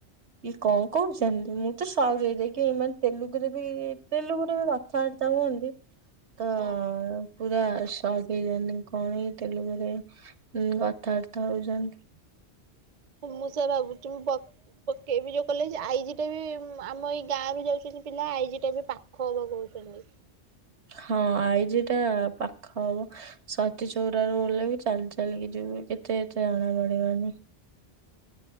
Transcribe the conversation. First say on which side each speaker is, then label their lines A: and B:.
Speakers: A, on the right; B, on the right.
A: ଇ କଣ କହୁଛନ୍ତି ଯେମିତି ମୁଁ ତ ସକ ହେଇଯାଇକି ଏଇମାନେ ତେଲୁଗୁରେ ବି ତେଲୁଗୁରେ ବି ରେ କଥାବାର୍ତ୍ତା ହୁଅନ୍ତି। ତ
B: ହଁ
A: ପୁରା ସକ ହେଇଯାନ୍ତି କଣ ଏଇ ତେଲୁଗୁରେ କଥାବାର୍ତ୍ତା ହଉଛନ୍ତି।
B: ମୁଁ ସେଇଆ ଭାବୁଛି ମୁଁ ବ ପକେଇବି ଯୋଉ କଲେଜ, ଆଇଜି ଟା ବି ଆମ ଏଇ ଗାଁ ରୁ ଯାଉଛନ୍ତି ପିଲା। ଆଇଜି ଟା ବି <unintelligible>
A: ହଁ ଆଇଜି ଟା ପାଖ ହବ। ସତୀଚଉରାରୁ ଓହ୍ଲେଇବି ଚାଲି ଚାଲିକି ଯିବୁ ଏତେ ଏତେ ଜଣାପଡିବନି।